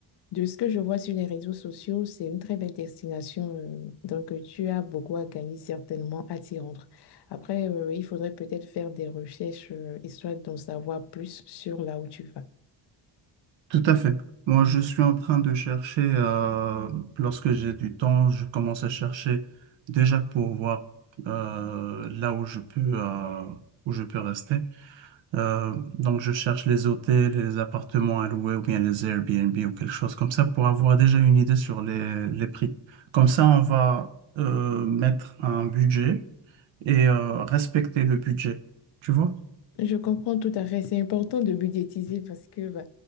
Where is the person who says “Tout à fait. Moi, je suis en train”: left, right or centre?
Right